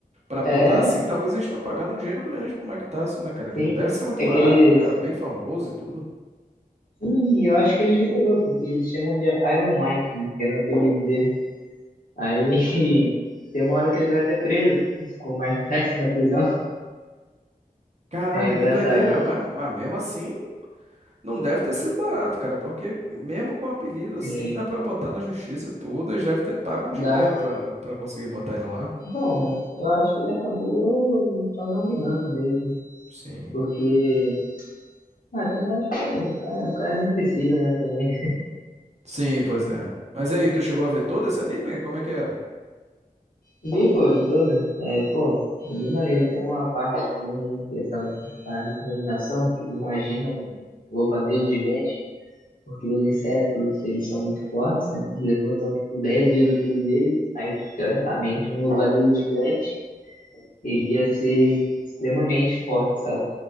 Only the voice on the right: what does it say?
pra botar
assim, talvez eles estão pagando um dinheiro grande pro Mike Tyson, né, cara? Que
não deve ser muito
barato,
o cara é bem famoso e tudo.
Caraca,
que doideira, mas, mas mesmo assim, não deve ter sido barato, cara, porque mesmo com apelido
assim, dá pra botar na justiça e tudo, eles devem ter pago um
dinheiro pra, pra conseguir botar ele lá.
Sim,
sim, pois é. Mas e aí, tu chegou a ver todo esse anime? Como é que era?